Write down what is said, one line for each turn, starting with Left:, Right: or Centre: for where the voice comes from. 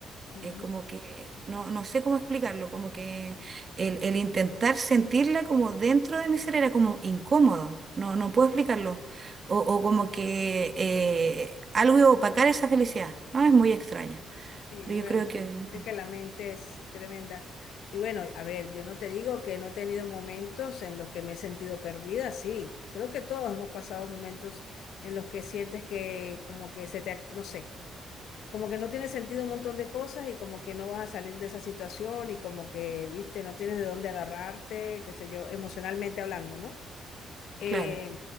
Left: Ujú.
Right: eh, como que no, no sé cómo explicarlo, como que el, el intentar sentirla como dentro de mi ser era como incómodo, no, no puedo explicarlo, o, o como que eh, algo iba a opacar esa felicidad, ¿no? Es muy extraño,
Left: Y
Right: pero yo
Left: bueno,
Right: creo que,
Left: este que la mente es tremenda. Y bueno, a ver, yo no te digo que no he tenido momentos en los que me he sentido perdida, sí. Creo que todos hemos pasado momentos en los que sientes que como que se te, ac- no sé, como que no tiene sentido un montón de cosas y como que no vas a salir de esa situación y como que, viste, no tienes de dónde agarrarte, qué sé yo, emocionalmente hablando, ¿no? Eh,
Right: claro,